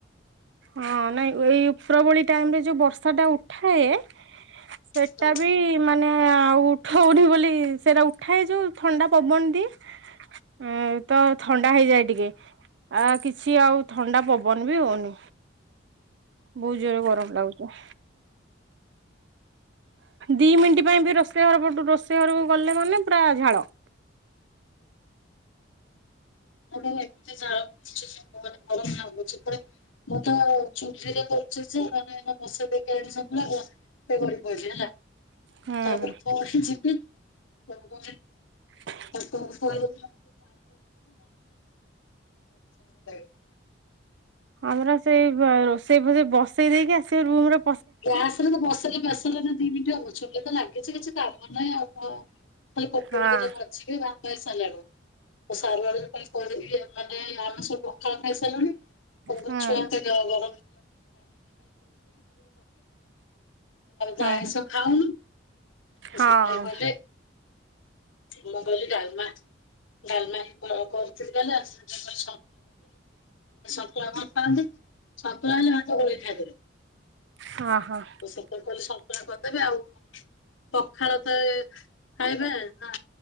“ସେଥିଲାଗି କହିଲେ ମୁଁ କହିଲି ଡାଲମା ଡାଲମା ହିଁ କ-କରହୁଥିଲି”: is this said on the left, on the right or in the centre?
Left